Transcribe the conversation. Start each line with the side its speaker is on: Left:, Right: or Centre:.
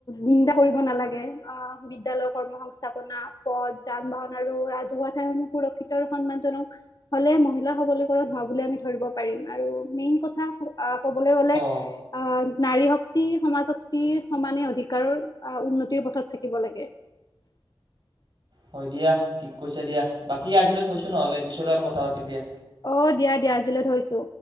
Left: নিন্দা কৰিব নালাগে। অ বিদ্যালৈ কৰ্ম সংস্থাপনা পথ যান বাহন আৰু আৰু ৰাজহুৱা ঠাইসমূহ সুৰক্ষিত আৰু সন্মান জনক হলে মহিলাৰ সবলীকৰণ হোৱা বুলি আমি ধৰিব পাৰিম। আৰু মেইন কথা ক'বলৈ গলে
Right: অ
Left: আহ নাৰী শক্তি সমাজ শক্তিৰ সমানে অধিকাৰৰ আহ উন্নতিৰ পথত থাকিব লাগে। <unintelligible>
Right: হয় দিয়া। ঠিক কৈছে দিয়া। বাকী আজিলৈ থৈছো নহ'লে পিছলৈ আৰু কথা পাতিম দিয়া
Left: অ দিয়া দিয়া আজিলৈ থৈছো।